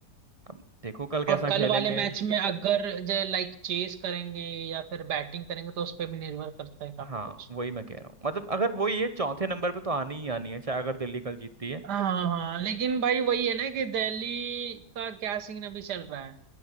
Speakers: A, on the right; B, on the right.
A: अब देखो कल कैसा
B: और कल
A: खेलेंगे
B: वाले मैच में अगर जो लाइक चेस करेंगे या फिर बैटिंग करेंगे तो उस पर भी निर्भर करता है काफी
A: हाँ
B: कुछ
A: वही मैं कह रहा हूँ मतलब अगर वो ये चौथे नंबर पे तो आनी ही आनी है चाहे अगर दिल्ली कल जीतती है
B: हाँ हाँ हाँ, लेकिन भाई वही है ना कि दिल्ली का क्या सीन अभी चल रहा है